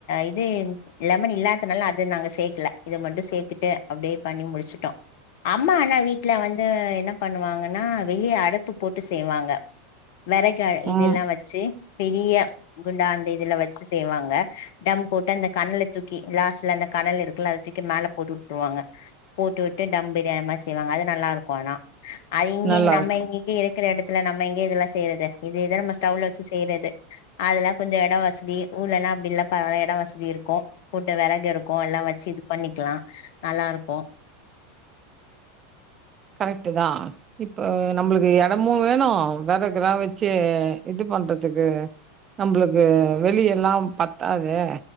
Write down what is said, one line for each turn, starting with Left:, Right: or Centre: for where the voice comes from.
Left: இது லெமன் இல்லாதனால அது நாங்க சேக்கல இது மட்டும் சேத்துட்டு அப்படியே பண்ணி முடிச்சுட்டோம் அம்மா ஆனா வீட்டுல வந்து என்ன பண்ணுவாங்கனா வெளிய அடுப்பு போட்டு செய்வாங்க வெறக இதெல்லாம்
Right: ம்
Left: வச்சு பெரிய குண்டா அந்த இதுல வச்சு செய்வாங்க தம்ப் போட்டு அந்த கணலா தூக்கி லாஸ்ட்ல அந்த கணல் இருக்குல அத தூக்கி மேலே போட்டு விட்டுருவாங்க போட்டு விட்டு டம் பிரியாணிமாரி செய்வாங்க அது நல்லா இருக்கும் ஆனா அது இங்கேங்க
Right: நல்லாருக்கு
Left: நம்ம இங்கங்க இரு இருக்குற இடத்துல நம்ம எங்கே இதல்லாம் செய்றது இதேதான் நம்ம ஸ்டவ்ல வச்சு செய்றது அதல்லாம் கொஞ்சம் இடம் வசதி ஊர்லலாம் அப்டியில்லப்பா இடம் வசதி இருக்கு க்கும் கூட்டு விறகு இருக்கும் எல்லாம் வச்சு இது பண்ணிக்கலாம் நல்லா இருக்கு
Right: கரெக்ட்டு தா இப்ப நம்மளுக்கு எடமும் வேணும் வேறகலாம் வச்சு இது பண்றதுக்கு நம்மளுக்கு வெளிய எல்லாம் பத்தாதே